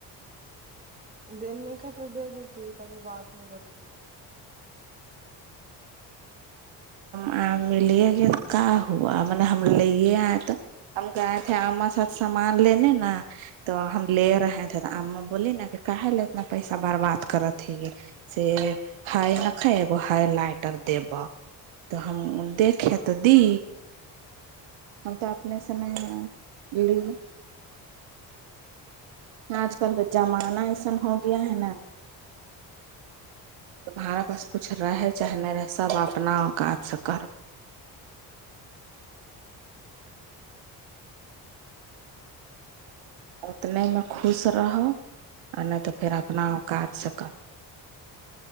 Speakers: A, on the right; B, on the right.
A: د نہیں کا تو دے دیتی پر بات میں بولتی
B: ن ملیے گی کا ہوا م نے ہم ل یہ آ تو ہم گئے تھے ہمار ساتھ سامان لینے نا تو ہم لے رہے تھے بول نا کہ لے اتنا پیسہ برباد کرت ت یہ س ہائی نہ ک گ ہائی لائٹر دی بہ تو ہم دیکیں تو دی ہم تو اپنے سے نہیں ہے لی آج کل کا زمانہ ایسن ہو گیا ہے نا تمہارا پاس کچھ رہے چاہے نہیں رہے سب اپنا اوقات سے کرو اتنے میں خوش رہو اور نہیں تو پھر اپنا کاج سے کرو